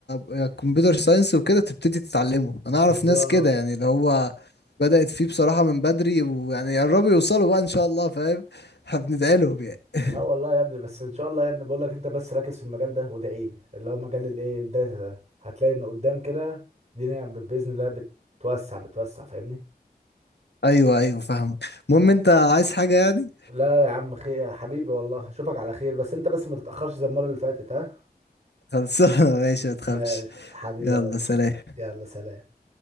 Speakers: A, on the left (about 85°); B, on the right (about 40°).
A: يا كمبيوتر ساينس وكده تبتدي تتعلمه انا
B: بالظبط
A: اعرف ناس كده يعني اللي هو بدأت فيه بصراحة من بدري ويعني قربوا يوصلوا بقى ان شاء الله فاهم هبندعي لهم يعني <laughs>
B: لا والله يا ابني بس ان شاء الله يا ابني بقول لك انت بس ركز في المجال ده وادعي لي اللي هو مجال الايه الداتا ده هتلاقي ان قدام كده الدنيا ب- باذن الله بت- بتوسع بتوسع فاهمني
A: ايوه ايوه فاهمك المهم انت عايز حاجة يعني
B: لا يا عم خير يا حبيبي والله اشوفك على خير بس انت بس ما تتاخرش زي المره اللي فاتت ها
A: خلصانة <laughs> ماشي ما تخافش
B: <laughs> ماشي حبيبي
A: يلا
B: يا ريس
A: سلام
B: يلا سلام